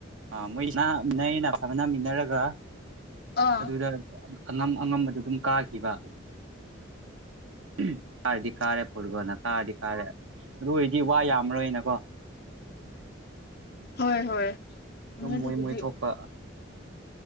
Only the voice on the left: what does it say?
ꯑꯥ
ꯍꯣꯏ ꯍꯣꯏ
ꯑꯗꯨꯕꯨꯗꯤ